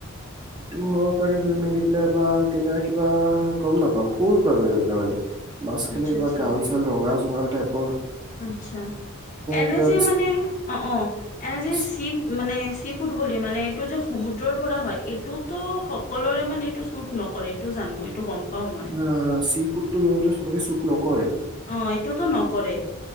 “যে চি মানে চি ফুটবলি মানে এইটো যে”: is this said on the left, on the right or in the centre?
Left